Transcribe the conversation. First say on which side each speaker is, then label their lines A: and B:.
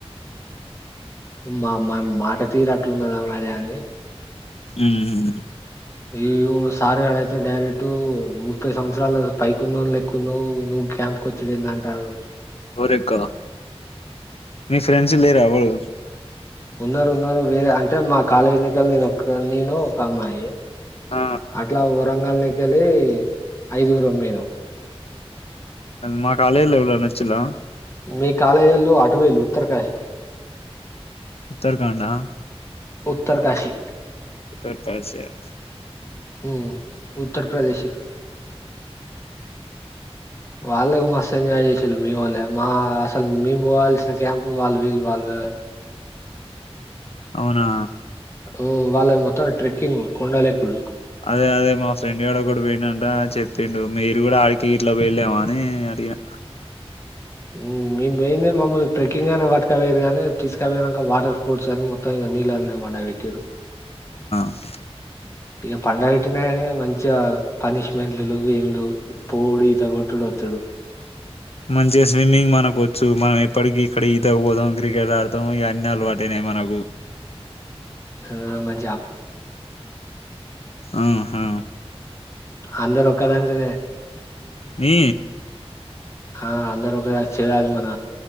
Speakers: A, on the left; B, on the left.
A: మా మా మాట తీరట్లున్నదా మరి అని
B: ఉమ్
A: ఈవు సార్గాడయితే డైరెక్ట్ ముప్పై సంవత్సరాలు పైకున్నోన్ లెక్కున్నావ్ నువ్వు క్యాంప్ కొచ్చుడేందంటార్రు
B: కోరెక్క మీ ఫ్రెండ్స్ లేరా ఎవరూ
A: ఉన్నారు ఉన్నారు వేరే అంటే మా కాలేజ్ నికలు నేనొక్కల్ నేను ఒక్కమ్మాయి యి
B: ఆ
A: అట్లా ఉరంగల్ని కెళ్ళి ఐదుగురుం పొయ్ నాం
B: మా కాలేజ్ లో ఎవులన్నా వొచ్చిళ్లా
A: మీ కాలేజోళ్ళు అటు పోయిళ్ళు ఉత్తరకాశి
B: ఉత్తరాఖండ్ ఆ
A: ఉత్తరకాశీ
B: ఉత్తరకాశి ఆ
A: ఊ ఉత్ ఉత్తరప్రదేశ్ వాళ్ళకు మస్తు ఎంజాయ్ చేసిల్లు మీ వోళ్ళే మా అసలు మేము పోవాల్సిన క్యాంప్ వాళ్ళు వేళ్ళు వాళ్ళు
B: అవునా
A: ఊ వాళ్ళై మొత్తం ట్రెక్కింగ్ కొండలు ఎక్కుడు
B: అదే అదే మా ఫ్రెండ్ గాడు ఒకడు పోయిండట చెప్పిండు మీరు కూడా ఆడికి గిట్ల పోయిల్లేమో అని అడిగినా
A: ఊ మేం పోయిందే మమ్మల్ని ట్రెక్కింగ్ అని పట్కపోయిర్రు గానీ తీస్కపోయినాక వాటర్ స్పోర్ట్స్ అని మొ త్తం ఇగ నీళ్ళళ్ల నే పండవేట్టిర్రు
B: <inaudible>
A: ఇగ పండ కానీ మంచిగా పనిష్మెంట్లు లేవు ఎం లేవు పోవుడు ఈతగొట్టుడు వచ్చుడు
B: మంచిగా స్విమ్మింగ్ మనకు వచ్చు మనం ఎప్పటికి ఇక్కడ ఈతకు పోదాం క్రికెట్ ఆడతాం ఈ అన్నీ అలవాటనయి మనకు
A: అ మం
B: ఆ హా
A: అందరు ఒక్క దాంట్లనే
B: ఈ
A: ఆ అందరు ఒక చెర మన